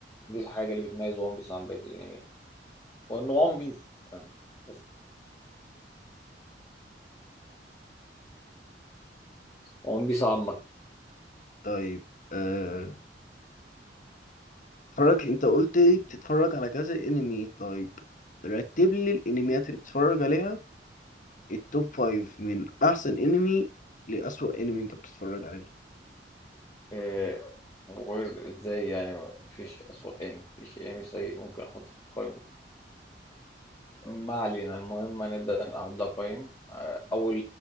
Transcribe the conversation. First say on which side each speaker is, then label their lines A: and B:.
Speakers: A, on the left; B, on the left.
A: دي الحاجه اللي بتميز ون بيس عن بقيه الانمي وانه ون بيس بس ون بيس عامه
B: طيب أه... اتفرج أنت قلت لي بتتفرج على كذا أنمي طيب رتب لي الأنميات اللي بتتفرج عليها التوب فايف من أحسن أنمي لأسوأ أنمي أنت بتتفرج عليه
A: إيه وير ازاي يعني مفيش أسوأ انمي مفيش انمي سيء ممكن احطه في القائمة ما علينا المهم هنبدأ نبدأ قائمة آه، أول